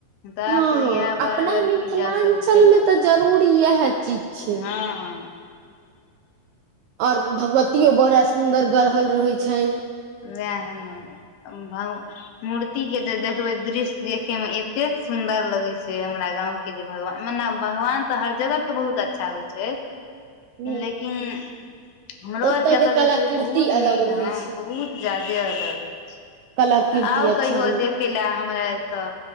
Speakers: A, on the left; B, on the right.
A: तऽ
B: हँ
A: आब तऽ
B: हँ
A: इएह
B: अपना
A: बर्गर
B: मिथिलाञ्चलमे
A: पिज्जा सब खेला
B: तऽ जरूर इएह चीज छै
A: हँ
B: आओर भगवतियो बड़ा सुन्दर गढ़हल रहैत छनि
A: वएह ने भ मूर्ति के जे देखबै दृश्य देखे में एतेक सुन्दर लगे छै हमरा गाँंव के जे भगवान मने भगवान तऽ हर जगहके बहुत अच्छा होइ छै
B: ह
A: लेकिन हमरो
B: ओतय
A: आरकेतय
B: के कलाकृति
A: जे छै बहुत
B: अलग
A: नीक
B: रहै
A: हँ
B: छै
A: बहुत ज्यादे अलग अछि
B: कलाकृति
A: आउ
B: अच्छा
A: कहियो
B: रहौ
A: देखे लए हमरा एतऽ